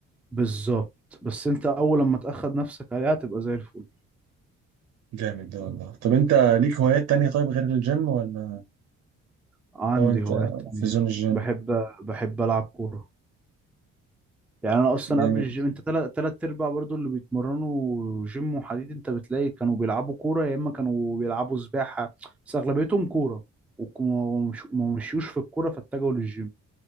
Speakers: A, in the centre; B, on the right.
A: بالظبط بس انت اول لما تاخد نفسك عليها تبقى زي الفل
B: جامد ده والله طب انت ليك هوايات تانية طيب غير الجيم ولا
A: عندي
B: هو انت
A: هوايات تانية
B: في زون الجيم
A: بحب بحب العب كوره يعني انا اصلا
B: يعني
A: قبل الجيم انت تلات تلات ارباع برضو اللي بيتمرنوا جيم وحديد انت بتلاقي كانوا بيلعبوا كوره يا اما كانوا بيلعبوا سباحه بس اغلبيتهم كوره وك- ومش- وما ما مشيوش في الكوره فاتجهوا للجيم